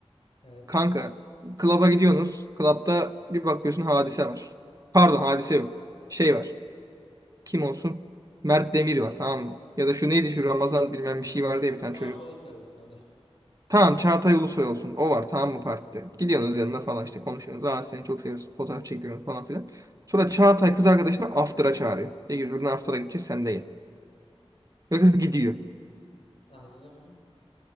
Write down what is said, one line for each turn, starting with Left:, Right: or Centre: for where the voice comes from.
Left: evet.
Right: Kanka klaba gidiyorsunuz. Klapta bir bakıyorsun hadise var. Pardon hadise yok. Şey var. Kim olsun? Mert Demir var tamam mı? Ya da şu neydi şu Ramazan bilmem bir şey vardı ya bir tane
Left: Rahat
Right: çocuk.
Left: Ulusoy olsun hadi.
Right: Tamam Çağatay Ulusoy olsun. O var tamam mı partide? Gidiyorsunuz yanına falan işte konuşuyorsunuz. Aa seni çok seviyoruz. Fotoğraf çekiyorsunuz falan filan. Sonra Çağatay kız arkadaşını after'a çağırıyor. Diyor ki buradan after'a gideceğiz sen de gel. Ve kız gidiyor.
Left: Ayrılırım.